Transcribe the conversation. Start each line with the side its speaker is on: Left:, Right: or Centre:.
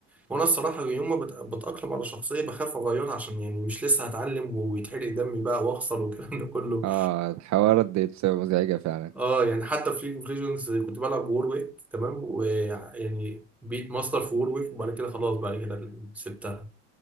Centre: وانا الصراحه يوم ما بت- بتاقلم على الشخصيه بخاف اغيرها عشان يعني مش لسه هتعلم ويتحرق دمي بقى واخسر والكلام ده كله
Right: اه الحوارات دي بتبقى مزعجة فعلا
Centre: اه يعني حتى في ليج اوف ليجندز كنت بلعب وورويك تمام ويعني بيت ماستر في وورويك وبعد كده خلاص بعد كده سبتها